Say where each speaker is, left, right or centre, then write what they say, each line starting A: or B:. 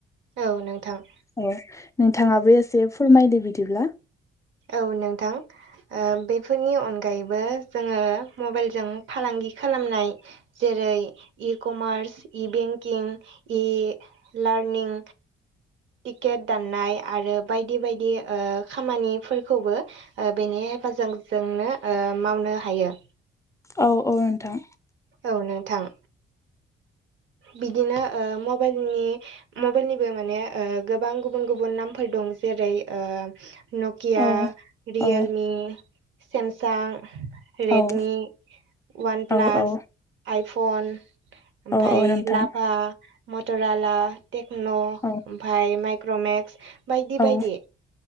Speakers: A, on the right (about 70°); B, on the left (about 15°).
A: औ नोंथां
B: अ नोंथाङाबो एसे फोरमायदो बिदिब्ला
A: औ नोंथां। ओ बेफोरनि अनगायैबो जोङो मबाइलजों फालांगि खालामनाय जेरै E commerce E banking E learning ticket दाननाय आरो बायदि बायदि ओ खामानि फोरखौबो ओ बेनि हेफाजाबजोंनो ओ मावनो हायो।
B: औ औ नोंथां।
A: औ नोंथां। बिदिनो ओ मबाइलनि मबाइलनिबो माने ओ गोबां गुबुन गुबुन नामफोर दं जेरै ओ नकिया
B: औ
A: रियेलमि
B: औ
A: सेमसां रेडमि
B: औ
A: वान
B: औ
A: प्लास
B: औ
A: आइफन
B: औ
A: ओमफफ्राय
B: औ नोंथां
A: लाभा मटर आला टेक्न' ओमफफ्राय
B: औ
A: माइक्र'मेक्स बायदि
B: औ
A: बायदि